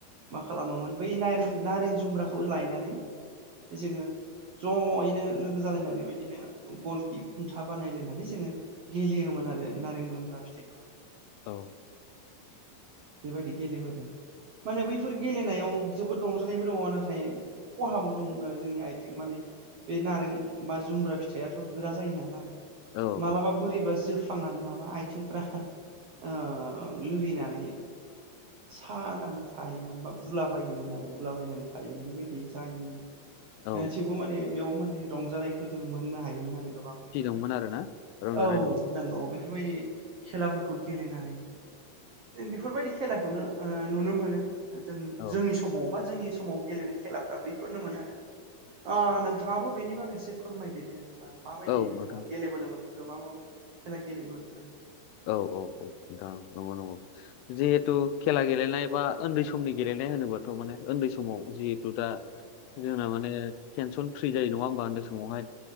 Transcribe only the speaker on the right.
मा खालामोमोन बै नायरें नारें जुम्ब्राखौ लायनानै जोङो जयैनो लोगो जालायना बेबायदिनो गलखि खुन्था बानायलायनानै जोङो गेलेयोमोन आरो नारें जुम्ब्रा फिथाइखौ
बेबायदि गेलेबोदो माने बैफोर गेलेनायाव जोबोद रंजानायबो दङ नाथाय खहाबो दंमोन आरो जोंनि आयथिं माने बे नारें बा जुम्ब्रा फिथाइआथ गोरा जायो नालाय
मालाबा
बोरैबा जोफ लांनानै लाबा आयथिंफोरा ओ लोरिनानै सानानै थायोमोन बा बुलाबायो आरो बुलाबायनानै थायोमोन बिबायदि जायोमोन
ओ थेवबो माने बेयाव माने रंजानायखौ जों मोननो हायोमोन आरो गोबां बेफोरबायदि
औ
नोंगौ बेफोरबायदि खेलाफोरखौ गेलेनानै जों बेफोरबायदि खेलाखौनो ओ नुनो मोनो जों
जोंनि समाव बा जोंनि समाव गेलेनाय खेलाफ्रा बैफोरनो मोन आरो ओ नोंथाङाबो बेनि बागै एसे फोरमायदोदो माबायदियै
नोंथाङा
गेलेबोनो मोनखो मा मा खेला गेलेबोखो?